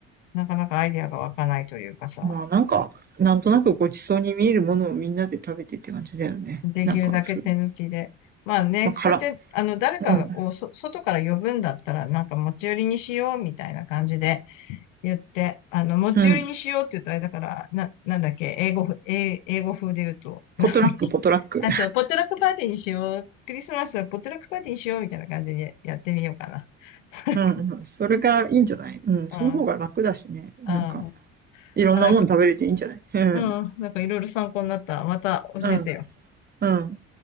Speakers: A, on the left; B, on the right.
A: なかなかアイデアが湧かないというかさ、
B: まあなんか、なんとなくごちそうに見えるものをみんなで食べてって感じだよね。
A: できるだけ手抜きで。
B: なんか、そういう、
A: まあね、
B: まあ、辛。
A: そうやって、あの、誰かをそ、
B: うん。
A: 外から呼ぶんだったら、なんか持ち寄りにしようみたいな感じで、言って、あの、持ち寄りにしようって言うとあれだから、
B: うん。
A: な、なんだっけ、英語ふ、英英語風で言うと、なんだっけ。
B: ポトラック、ポトラック。
A: あ、そう、ポットラックパーティーにしよう。クリスマスはポットラックパーティーにしようみたいな感じでやってみようかな。
B: <laughs>
A: <laughs>
B: うん、うん。それがいいんじゃないうん。
A: うん。
B: その方が楽だしね。
A: あ、
B: なんか、いろんなもん食べれていいんじゃないうん。
A: まあ、なんか、うん、なんかいろいろ参考になった。また教えてよ。
B: うん、うん。